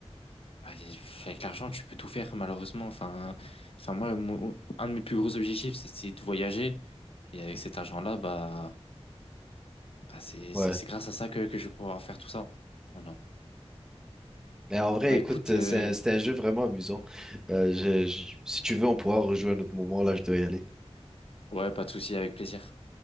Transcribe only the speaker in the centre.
Ouais.
Mais en vrai,
écoute,
euh,
c'est un, c'est un jeu vraiment amusant. Euh, je- je- si tu veux, on pourra rejouer à un autre moment. Là, je dois y aller.